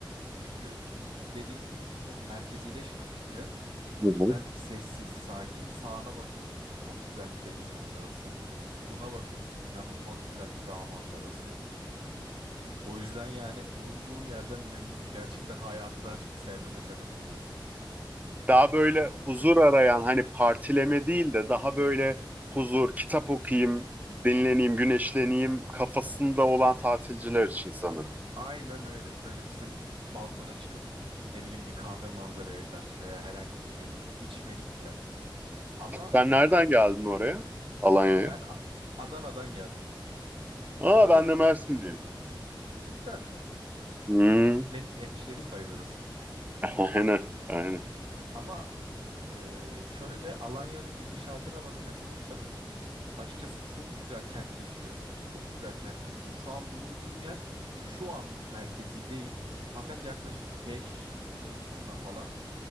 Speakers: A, on the right; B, on the right.
A: Çünkü e, dediğim gibi çok merkezileşmemiş bir yer. O
B: Hı hı.
A: yüzden sessiz, sakin. Sağına bakıyorsun çok güzel bir deniz manzarası. Soluna bakıyorsun inanılmaz güzel bir dağ manzarası. O yüzden yani bulunduğum yerden memnunum. Gerçekten hayatı daha çok sevmeme sebep oluyor.
B: Daha böyle huzur arayan hani partileme değil de daha böyle huzur, kitap okuyayım, dinleneyim, güneşleneyim kafasında olan tatilciler için sanırım.
A: Aynen öyle. Şöyle bizim balkona çıkıp ne bileyim bir kahve manzaraya karşı veya herhangi bir şey içmelik bir yer. Ama
B: Sen nereden
A: e,
B: geldin oraya? Alanya'ya?
A: ben A- Adana'dan geldim.
B: Aa
A: Adana'da
B: ben de
A: tu-
B: Mersinliyim.
A: cidden mi?
B: Hmm.
A: Hem hemşeri sayılırız.
B: <laughs> Aynen, aynen.
A: Ama eee, şöyle Alanya'nın gidişatına bakacak olursak açıkçası çok güzel kentleşiyor. Çok güzel kentleşiyor. Şu an bulunduğum yer şu anlık merkezi değil. Fakat yaklaşık bir 5 yıl sonra falan